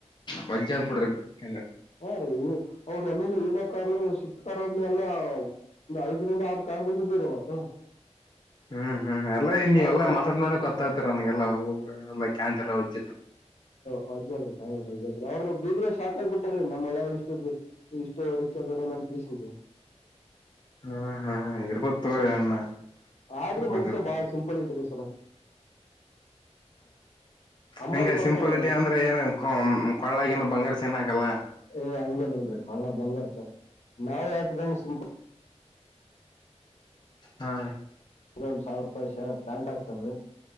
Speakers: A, on the left (about 40°); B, on the left (about 75°).
A: ಬಜ್ಜಿ ಆಗ್ಬಿಡ್ರಿ ಕೆ
B: ಅವ್ರು ಅವರು ಎ ಮ್ಮೆ ಲೆ ಇನೋ ಕಾರು ಸ್ವಿಫ್ಟ್ ಕಾರ್ ಹಬ್ಲಿ ಎಲ್ಲ ಒಂದ ಐದರಿಂದ ಆರು ಕಾರ್ ಬಂದಿದ್ದವ್ ರಿ ಅವತ್
A: ಹ್ಮ್ ಹ್ಮ್ ಎಲ್ಲ ಈ ನೀವೆಲ್ಲಾ
B: ಅವ್ರು
A: ಮಾತಾಡ್ ನೋಡೆ ಗೊತ್ತಾಗುತ ನನ್ಗೆಲ್ಲವು ಹ ಎಲ್ಲ ಕ್ಯಾಂತ ಎಲ್ಲ ಒಜ್
B: ವಜ್ೋಗ್ರ ಅವ್ರು ಬೀಗರ್ ಶಾಕ್ ಆಗ್ಬಿಟ್ಟಾರ್ರೀ ನಮ್ಮ ಅಳಿಯ ಇಷ್ಟು ಇಷ್ಟು ರಿಚ್ದ ಇದಾರ ಅಂತ ಕೇಶಿಂದ್
A: ಹಾ ಹಾ ಇರ್ಬೋದು ತಗರಿಿ ಅ್ಣ
B: ಆದ್ರೂ
A: ಇರ್ಬೋದ
B: ಮನುಷ್ಯ
A: ಇರ್ಬೋದು
B: ಬಾಳ ಸಿಂಪಲ್ ಇಟ್ಟಿದೆ ಸರ್ ಹಂಬಲ್
A: ಹಂಗಗೆ
B: ಪರ್ಸನ್
A: ಸಿಂಪಲಿಟಿ
B: ರೀ ಅಂದ್ರ
A: ಅಂದ್ರೆ ಏನ್ ಕೊಳ್ಳಗನ ಬಂಗಾರ ಚೆನ್ನಾಗಲ್ಲ
B: ಏ ಹಂಗೇನಲ್ರರಿ ಕಳ ಬಂಗಾರ್ ಚ ನಾವ್ ಹಾಕ್ದಂಗ್ ಸಿಂಪಲ್
A: ಹಾ
B: ಒಂದ ಸಾವಿರ ರೂಪಾಯಿ ಶ ಪ್ಯಾಂಟ್ ಹಾಕ್ತಾನ್ರಿ